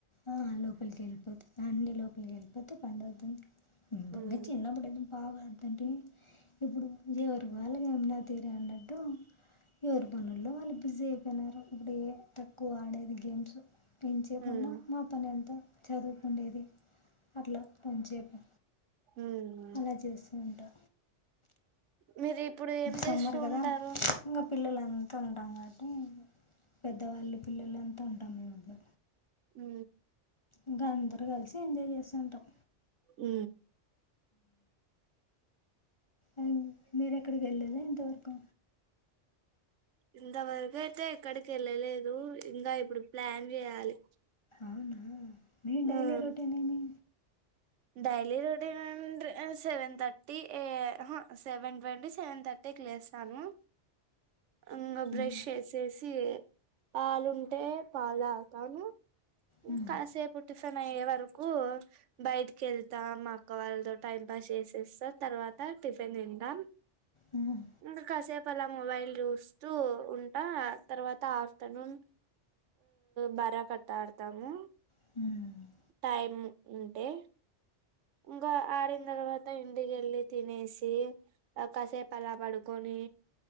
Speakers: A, on the left; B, on the right.
A: ఆ లోపలికి వెళ్ళిపోతుంది అన్ని లోపలికి వెళ్లిపోతే పండవుతుంది బ
B: ఉమ్
A: ఇంగ చిన్నప్పుడైతే బా బాగా ఆడుతుంటే ఇప్పుడు ఎవరు వాళ్ళకి యమున తీరె అన్నట్టు ఎవరి పనుల్లో వాళ్ళు బిజీ అయిపోయినారు ఇప్పుడు ఏ తక్కువ ఆడేది గేమ్స్ ఎంచేపున్న
B: ఉమ్
A: పని ఎంతో చదువుకుండేది అట్లా కొంచేపు
B: ఉమ్
A: అల చేస్తూ ఉంటా
B: మీరు ఇప్పుడు ఏం చేస్తూ
A: సమ్మర్ కదా
B: ఉంటారు
A: ఇంక పిల్లలంతా ఉంటాం కాబట్టి పెద్దవాళ్లు పిల్లలంతా ఉంటాము ఇంట్లొ
B: ఉ
A: ఇంక అందరు కలిసి ఎంజాయ్ చేస్తు ఉంటాం
B: ఊ
A: ఉ మీరు ఎక్కడికి వెళ్ళేదా ఇంతవరకు
B: ఇంతవరకు అయితే ఎక్కడికి వెళ్ళలేదు ఇంగ ఇప్పుడు ప్లాన్ చేయాలి
A: అవునా మీ డైలీ
B: ఉమ్
A: రొటీన్ ఏమి
B: డైలీ రొటీన్ అంట సెవెన్ థర్టీ ఏ ఉహు సెవెన్ ట్వంటీ సెవెన్ థర్టీకి లేస్తాను ఇంగ బ్రష్
A: మ్మ్.
B: చేసేసి పాలుంటే పాలు తాగుతాను
A: మ్మ్.
B: కాసేపు టిఫెన్ అయ్యేవర్ రుకూ బయట్ కెళ్తాం మా అక్క వాళ్ళతో టైం పాస్ చేసేస్తా తర్వాత టిఫిన్ తింటాం
A: మ్మ్.
B: ఇంగ కాసేప్ అలా మొబైల్ చూస్తూ ఉంటా తర్వాత ఆఫ్టర్నూన్ బారకట్ట ఆడతాము
A: ఉహ్
B: టైం ఉంటె ఇంకా ఆడిన తర్వాత ఇంటికి వెళ్ళి తినేసి కాసేపు అలా పడుకొని